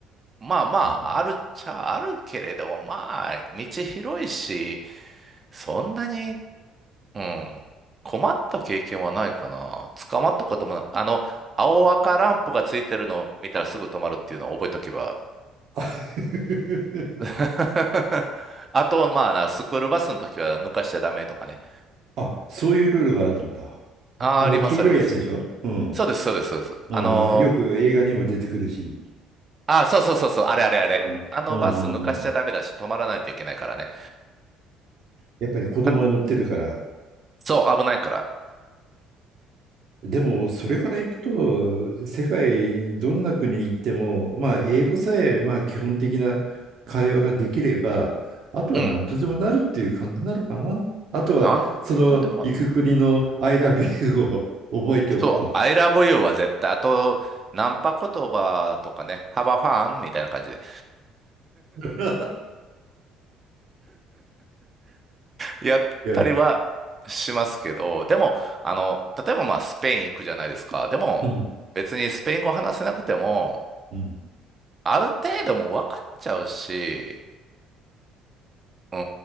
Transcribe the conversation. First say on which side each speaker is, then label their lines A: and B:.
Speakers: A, on the right; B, on the right.
A: まあまあ、
B: あー
A: あるっちゃあるけれども、まあ、道広いし、そんなに、うん、困った経験はないかな。捕まったこともない。あの、青赤ランプがついてるのを見たらすぐ止まるっていうのを覚えとけば。
B: <laughs>
A: <laughs> あと、まあな、スクールバスの時は抜かしちゃダメとかね。
B: あ、そういうルールがあるんだ。
A: あー、
B: あの黄色いやつでしょうん、
A: あります、あります。そうです、そうです、そうです。
B: うん、
A: あのー
B: うん。よく映画にも出てくるし。
A: あ、そうそうそうそう、あれあれあれ。
B: うん、
A: あのバス抜かしちゃダメだし、
B: うん、うん、うん。
A: 止まらないといけないからね。
B: やっぱり子供が乗ってるから。
A: あ、そう、危ないから。
B: でも、それから行くと、世界どんな国に行っても、まあ、英語さえ、まあ、基本的な会話ができれば、あとは何とでもなるっていう感じなのかな。
A: うん。
B: あとは、
A: なんとでも、
B: その行く国の I love you を覚えておくと。
A: そう、I love you は絶対、あと、ナンパ言葉とかね、ハバファンみたいな感じで、
B: <laughs>
A: やったりはしますけど、
B: いや、
A: でも、あの、例えばまあ、スペイン行くじゃないですか。でも、
B: うん、
A: 別にスペイン語話せなくても、
B: うん。
A: ある程度もう分かっちゃうし、うん、